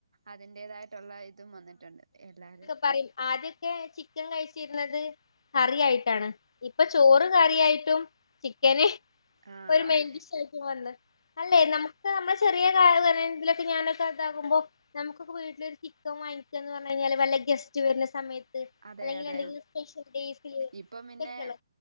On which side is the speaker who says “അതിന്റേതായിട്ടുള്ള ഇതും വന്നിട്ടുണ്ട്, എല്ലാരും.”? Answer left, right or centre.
Right